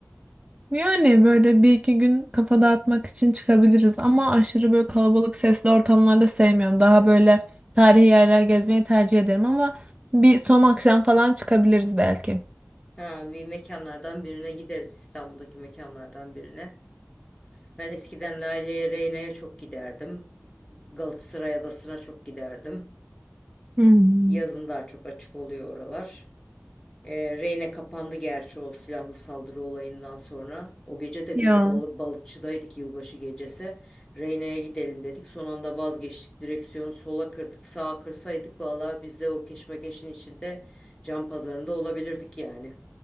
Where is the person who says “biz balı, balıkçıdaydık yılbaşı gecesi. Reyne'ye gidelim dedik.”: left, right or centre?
Left